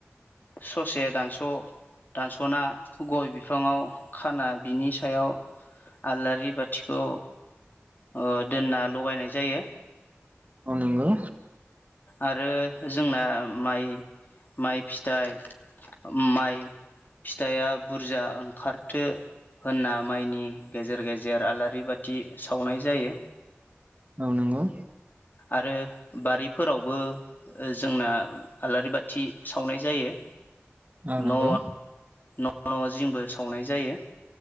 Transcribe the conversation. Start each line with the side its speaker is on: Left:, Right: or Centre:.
Left: ससे दानस' दानस'ना गय बिफाङाव खाना बिनि सायाव आलारि बाथिखौ ओ दोनना लगायनाय जायो।
Right: औ नंगौ।
Left: आरो जोंना माइ माइ फिथाइ माइ फिथाइआ बुरजा ओंखारथो होनना माइनि गेजेर गेजेर आलारि बाथि सावनाय जायो।
Right: औ नंगौ।
Left: आरो बारि फोरावबो जोंना आलारि बाथि सावनाय जायो।
Right: औ नांगौ।
Left: न' <unintelligible> जिंबो सावनाय जायो।